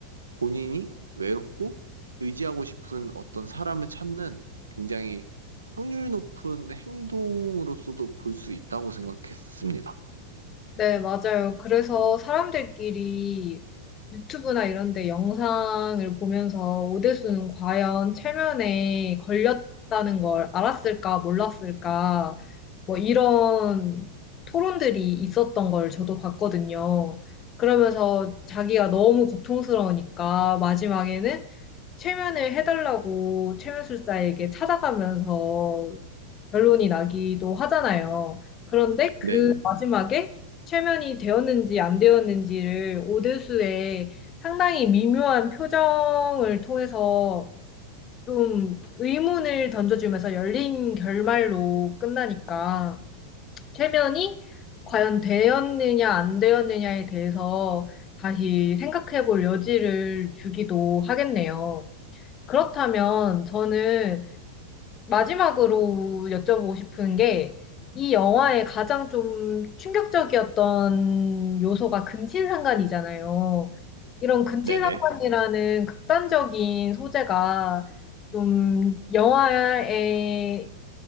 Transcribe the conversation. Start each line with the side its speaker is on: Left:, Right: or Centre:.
Right: 본인이 외롭고 의지하고 싶은 어떤 사람을 찾는 굉장히 확률 높은 행동으로서도 볼 수 있다고 생각했습니다.
Left: 네, 맞아요. 그래서 사람들끼리 유튜브나 이런 데 영상을 보면서 오대수는 과연 체면에 걸렸다는 걸 알았을까, 몰랐을까, 뭐 이런 토론들이 있었던 걸 저도 봤거든요. 그러면서 자기가 너무 고통스러우니까 마지막에는 체면을 해달라고 체면술사에게 찾아가면서 결론이 나기도 하잖아요. 그런데 그
Right: 네네.
Left: 마지막에 최면이 되었는지 안 되었는지를 오대수의 상당히 미묘한 표정을 통해서 좀 의문을 던져주면서 열린 결말로 끝나니까 최면이 과연 되었느냐 안 되었느냐에 대해서 다시 생각해 볼 여지를 주기도 하겠네요. 그렇다면 저는 마지막으로 여쭤보고 싶은 게, 이 영화의 가장 좀 충격적이었던 요소가 근친상간이잖아요. 이런 근친상간이라는
Right: 네네.
Left: 극단적인 소재가 좀 영화의